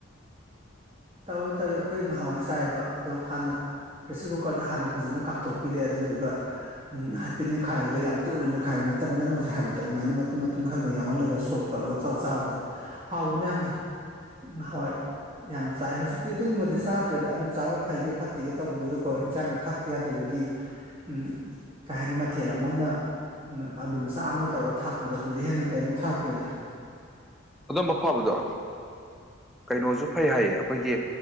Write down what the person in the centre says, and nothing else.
ꯎꯝ
ꯑꯗꯨꯝꯕ ꯐꯕꯗꯣ ꯀꯩꯅꯣꯁꯨ ꯐꯩ ꯍꯥꯏꯌꯦ ꯑꯩꯈꯣꯏꯒꯤ